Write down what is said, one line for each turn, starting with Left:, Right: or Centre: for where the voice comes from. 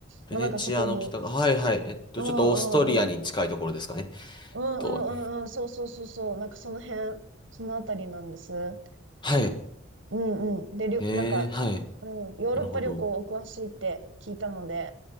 Left: ベネチアの北が、
Right: まあなんかそこに、
Left: はいはい。えっと、
Right: うんうんうん、
Left: ちょっとオーストリアに近いところですかね。
Right: うんうんうんうん、
Left: えっと、
Right: そうそうそうそう、なんかその辺、そのあたりなんです。
Left: はい。
Right: うんうん。で、りょ、
Left: へえ、
Right: なんか、
Left: はい。
Right: うん、ヨーロッパ旅行お詳しいって聞いたので、
Left: なるほど。